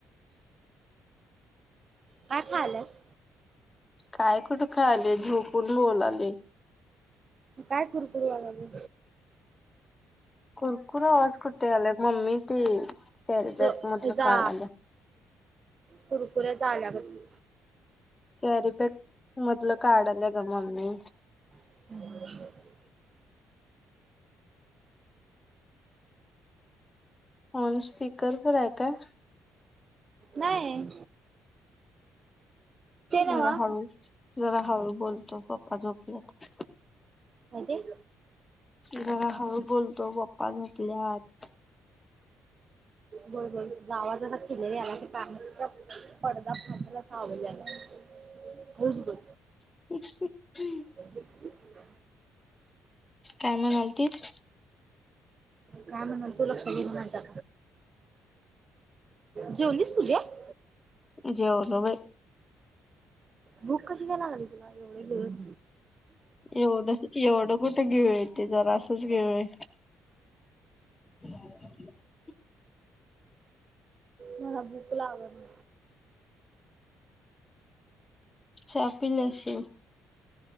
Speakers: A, on the right (about 40°); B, on the left (about 20°).
A: काय खायाल्यास?
B: काय कुठ खायालोय झोपून बोलायले.
A: काय कुर कुर यायलय.
B: कुरकुर आवाज कुटे यायलय मम्मी ते कॅरी
A: असं
B: बॅग मधलं
A: हेजा
B: काढाल्या
A: कुरकुरे चा आल्यागत ‌
B: कॅरीबॅग मधलं काढाल्या ग मम्मी.
A: <inaudible>
B: फोन स्पीकर वर हाय काय?
A: नाय.
B: जरा
A: नव्ह
B: हाळू, जरा हाळू बोलतो पप्पा झोपल्यात.
A: काय ते?
B: जरा हळू बोलतो पप्पा झोपल्यात.
A: बर बर तुझा आवाज असा खीदळया यायलाय आसा कानाचा पडदा फाटल आसा आवाज यायलाय. हाळूच बोल.
B: <inaudible>
A: <inaudible>
B: काय म्हणालतीस?
A: काय म्हणालतो लक्षात येना माझ्या, जेवलीस पूज्या? <inaudible>
B: जेवलो बाई
A: भूक कशी काय लागली तुला येवढ्य गिळून
B: एवढंस एवढं कुठ गीळलोय ते जरासच गीळलोय <inaudible>
A: मला भूक लागणा
B: चहा पिली आशील